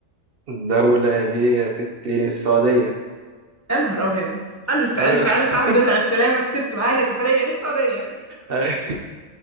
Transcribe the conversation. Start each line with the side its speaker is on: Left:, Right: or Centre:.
Right: الدولة دي يا ستي السعودية
Left: يا نهار ابيض الف
Right: ايوه
Left: الف الف
Right: <laughs>
Left: الحمد لله على السلامه كسبت معانا سفريه للسعوديه <laughs>
Right: أيوة.